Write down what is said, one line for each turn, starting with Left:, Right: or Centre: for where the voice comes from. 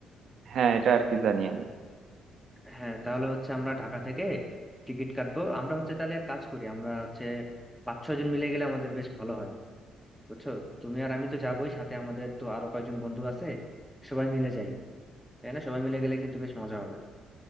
Right: হ্যাঁ এটা আর কি জানি আমি
Centre: হ্যাঁ তাহলে হচ্ছে আমরা ঢাকা থেকে টিকিট কাটবো আমরা হচ্ছে তাহলে এক কাজ করি আমরা হচ্ছে পাঁচ ছয় জন মিলে গেলে আমাদের বেশ ভালো হয় বুঝছো তুমি আর আমি তো যাবোই সাথে আমাদের তো আরো কয়েকজন বন্ধু আছে সবাই মিলে যাই তাই না সবাই মিলে গেলে কিন্তু বেশ মজা হবে